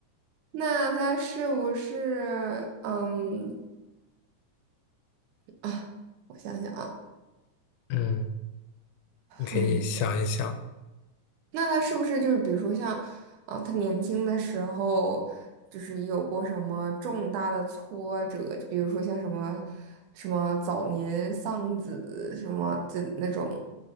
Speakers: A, on the right; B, on the left.
A: 那他是不是嗯？啊，我想想啊，
B: 嗯，你可以想一想。
A: 嗯那他是不是就是比如说像，啊、他年轻的时候就是有过什么重大的挫折，就比如说像什么什么早年丧子什么的那种，